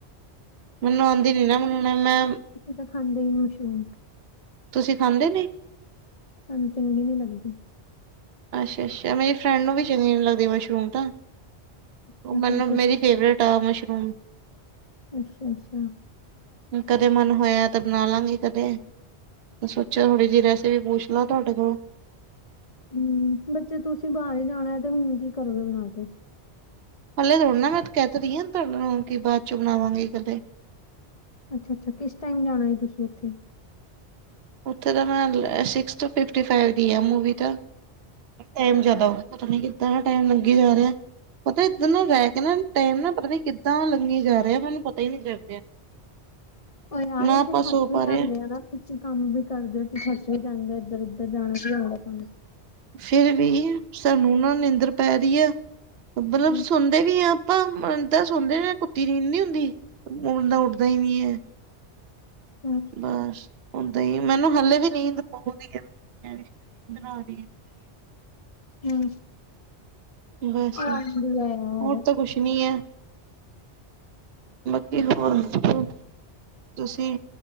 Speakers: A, on the right; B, on the left.
A: ਮੈਨੂੰ ਆਂਦੀ ਨੀ ਨਾ ਮੈਨੂੰ ਮੈਮ।
B: ਅਸੀ ਤਾਂ ਖਾਂਦੇ ਹੀ ਮਸ਼ਰੂਮ
A: ਤੁਸੀਂ ਖਾਂਦੇ ਨੀ।
B: ਸਾਨੂੰ ਚੰਗੀ ਨੀ ਲੱਗਦੀ।
A: ਅੱਛਾ-ਅੱਛਾ, ਮੇਰੀ ਫਰੈਂਡ ਨੂੰ ਵੀ ਚੰਗੀ ਨੀ ਲੱਗਦੀ ਮਸ਼ਰੂਮ ਤਾਂ,
B: ਅੱਛਾ
A: ਮੈਨੂੰ
B: ਫੇਰ ਤੁਸੀਂ
A: ਮੇਰੀ ਫੇਵਰੇਟ ਤਾ ਮਸ਼ਰੂਮ
B: ਅੱਛਾ-ਅੱਛਾ।
A: ਕਦੇ ਮਨ ਹੋਇਆ, ਤਾਂ ਬਣਾਲਾਂਗੇ ਕਦੇ। ਸੋਚਿਆ ਥੋੜੀ ਜਿਹੀ ਰੈਸਪੀ ਪੁੱਛ ਲਾ ਤੁਹਾਡੇ ਕੋਲੋਂ।
B: ਹੂੰ, ਬੱਚੇ ਤੁਸੀਂ ਬਾਹਰ ਹੀ ਜਾਣਾ, ਤੇ ਹੁਣ ਕੀ ਕਰੋਗੇ ਬਣਾ ਕੇ।
A: ਹਲੇ ਥੋੜੀ ਨਾ ਮੈਂ ਤੇ ਕਹਿ ਰਹੀ ਆਂ, ਤੁਹਾਡੇ ਨੂੰ ਕਿ ਬਾਅਦ ਚੋਂ ਬਣਾਵਾਂਗੀ ਕਦੇ।
B: ਅੱਛਾ-ਅੱਛਾ, ਕਿਸ ਟਾਈਮ ਜਾਣਾ ਏ ਤੁਸੀਂ ਓਥੇ।
A: ਉੱਥੇ ਤਾਂ, ਮੈਂ ਸਿਕਸਥ, ਫਿਫਟੀ-ਫਾਈਵ ਦੀ ਆ ਮੂਵੀ ਤਾਂ। ਟੈਮ ਜਾਦਾ ਹੋ ਗਿਆ, ਪਤਾ ਨੀ ਕਿੱਦਾਂ ਦਾ ਟੈਮ ਲੰਘੀ ਜਾ ਰਿਹਾ, ਪਤਾ ਇੱਦਰ ਨਾ ਰਹਿ ਇਹ ਨਾਂ ਨੂੰ ਟਾਈਮ ਨਾ, ਪਤਾ ਨੀ ਕਿੱਦਾਂ ਲੰਘੀ ਜਾ ਰਿਹਾ ਮੈਨੂੰ ਪਤਾ ਹੀ ਨਹੀਂ ਚੱਲ ਰਿਹਾ।
B: ਉਹ ਯਾਰ
A: ਨਾ
B: ਇੱਥੇ
A: ਆਪਾਂ
B: ਥੱਕ
A: ਸੋ
B: ਵੀ
A: ਪਾ
B: ਜਾਂਦੇ
A: ਰਏ ਆਂ।
B: ਆ ਨਾ ਤੁਸੀਂ ਕੰਮ ਵੀ ਕਰਦੇ ਹੋ, ਤੁਸੀਂ ਸੱਚ ਵੀ ਜਾਂਦੇ ਓ, ਏਧਰ-ਉੱਧਰ ਜਾਣਾ ਵੀ ਆਉਂਦਾ ਤੁਹਾਨੂੰ।
A: ਫਿਰ ਵੀ ਸਾਨੂੰ ਨਾ ਨੀਂਦਰ ਪੈ ਰਹੀ ਐ। ਮਤਲਬ
B: ਹੂੰ,
A: ਸੋਂਦੇ ਵੀ ਹਾਂ ਆਪਾਂ, ਇਦਾਂ ਸੋਂਦੇ ਜਿਵੇਂ ਕੁੱਤੀ ਨੀਂਦ ਨੀ ਹੁੰਦੀ। ਮੁੰਡਾ ਉੱਠਦਾ ਹੀ ਵੀ ਹੈ।
B: ਹੂੰ
A: ਬਸ ਓਦਾਂ ਹੀ ਮੈਨੂੰ ਹਲੇ ਵੀ ਨੀਂਦ ਆਉਂਦੀ ਐ, <inaudible> ਨੀਂਦਰ ਆ ਰਹੀ ਐ।
B: ਹੂੰ
A: ਬਸ,
B: ਉਹ ਆਂਦੀ ਆ ਯਾਰ
A: ਹੋਰ ਤਾਂ ਕੁਛ ਨੀ ਐ। ਬਾਕੀ ਹੋਰ ਦੱਸੋ, ਤੁਸੀਂ